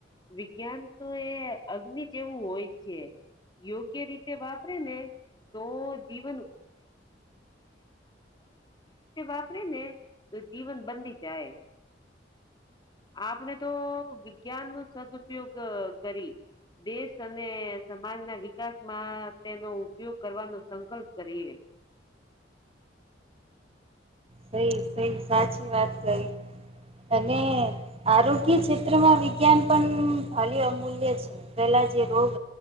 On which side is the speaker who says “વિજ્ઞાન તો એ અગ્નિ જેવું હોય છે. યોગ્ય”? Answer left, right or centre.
Left